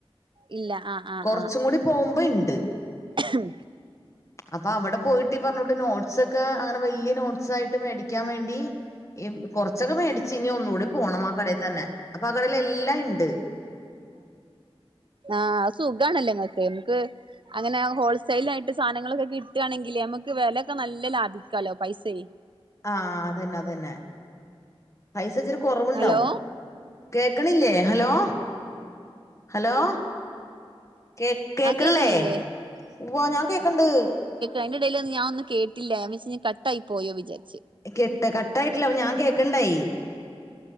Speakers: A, on the right; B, on the left.
A: ഇല്ല ആഹ് ആഹ്
B: കൊറ്ച്ചും കുടി പോവുമ്പൊ ഇണ്ട്
A: ഉം
B: അപ്പ അവട പോയിട്ട് പറഞ്ഞോണ്ട് നോട്ട്സ് ഒക്ക അങ്ങനെ വല്യ നോട്ട്സായിട്ട് മേടിക്കാൻ വേണ്ടി ഈ കൊറ്ച്ചൊക്കെ മേടിച്ച് ഇനി ഒന്നൂടി പോണം ആഹ് കടയി തന്നെ അപ്പൊ ആഹ് കടയില് എല്ലാ ഇണ്ട്
A: ആഹ് സുഖാണല്ലെ ഇങ്ങക്ക് ഇൻക് അങ്ങനെ ഹോൾസെയിലായിട്ട് സാധനങ്ങളൊക്ക കിട്ടാണെങ്കില് നമക്ക് വെലക്കെ നല്ല ലാഭിക്കാലൊ പൈസെ
B: ആഹ് അതന്നെ അതന്നെ പൈസ ഇച്ചിരി കൊറവ്ണ്ടാവും
A: ഹലോ
B: കേക്ക്ണില്ലേ ഹലോ ഹലോ കേ കേക്ക്ൺലേ
A: ആഹ് കേക്കണില്ലേ
B: ഉവ്വ ഞാ കേക്ക്ൺണ്ട്
A: അഴിന്റടേല് ഞാ ഒന്നും കേട്ടില്ല <unintelligible> കട്ടായി പോയോ വിചാരിച്ച്
B: കെട്ട് കട്ടായിട്ടില്ല ഞാൻ കേക്ക്ൺണ്ടെയ്